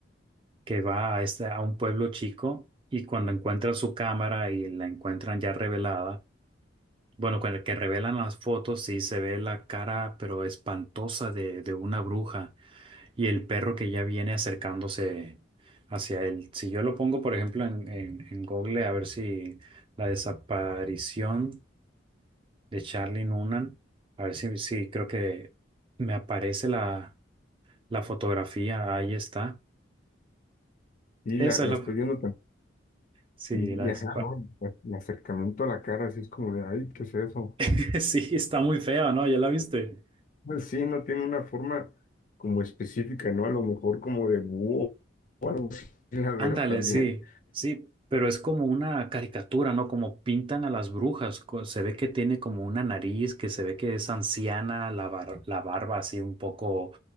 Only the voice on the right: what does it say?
que va a, este, a un pueblo chico y cuando encuentra su cámara y la encuentran ya revelada, bueno, con el que revelan las fotos, sí se ve la cara, pero espantosa de, de una bruja y el perro que ya viene acercándose hacia él. Si yo lo pongo, por ejemplo, en, en, en Google, a ver si la desaparición de Charlie Noonan, a ver si, si creo que me aparece la, la fotografía, ahí está.
Esa
es la,
sí,
la desaparición.
<laughs> Sí, está muy fea, ¿no? ¿Ya la viste?
Ándale,
sí, sí, pero es como una caricatura, ¿no? Como pintan a las brujas. co- Se ve que tiene como una nariz, que se ve que es anciana, la bar- la barba así un poco,